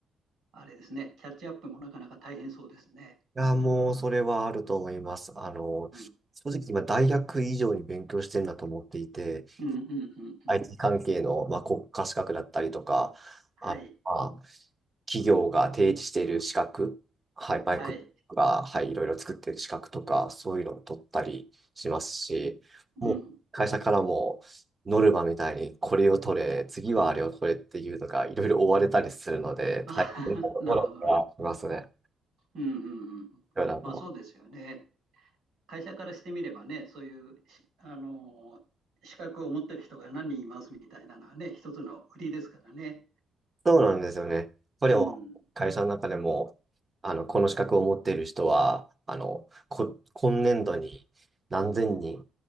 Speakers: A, on the right (about 70°); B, on the right (about 25°).
A: あれですね。キャッチアップもなかなか大変そうですね。
B: いや、もう、それはあると思います。あの、
A: うん、
B: 正直今、大学以上に勉強してるんだと思っていて、
A: うん、うん、うん、うん。
B: IT 関係の、まあ、国家資格だったりとか、
A: はい、
B: あ、まあ、企業が提示している資格、はい、バイクが、
A: はい、
B: はい、いろいろ作っている資格とか、そういうのを取ったりしますし、
A: うん。
B: もう、会社からも、ノルマみたいに、これを取れ、次はあれを取れっていうのが、いろいろ追われたりするので、
A: あ
B: 大変なところがありますね。
A: <laughs> なるほどね。うん、うん、うん。
B: だからもう
A: まあそうですよね。会社からしてみればね、そういうし、あのー資格を持ってる人が何人いますみたいなのはね、一つの売りですからね。
B: そうなんですよね。これを会社の中でも、
A: うん。
B: あの、この資格を持っている人は、あの、こ、今年度に何千人、